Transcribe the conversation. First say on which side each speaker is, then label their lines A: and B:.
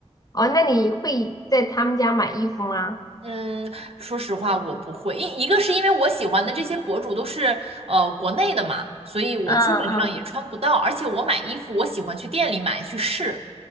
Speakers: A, on the left; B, on the right.
A: 哦，那你会在他们家买衣服吗？
B: 嗯，说实话，我不会。一一个是因为我喜欢的这些博主都是呃国内的嘛，所以我基本上也穿不到。
A: 嗯嗯，
B: 而且我买衣服，我喜欢去店里买去试。